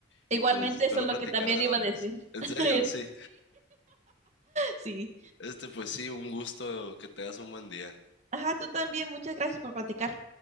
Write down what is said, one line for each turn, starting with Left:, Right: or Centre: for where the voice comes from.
Right: Igualmente,
Left: y pues espero
Right: eso es lo
Left: platicar
Right: que también
Left: de
Right: iba
Left: lo demás.
Right: a decir.
Left: En
Right: <laughs>
Left: serio,
Right: Sí,
Left: sí.
Right: sí.
Left: Este, pues sí, un gusto, que te das un buen día.
Right: Ajá, tú también, muchas gracias por platicar.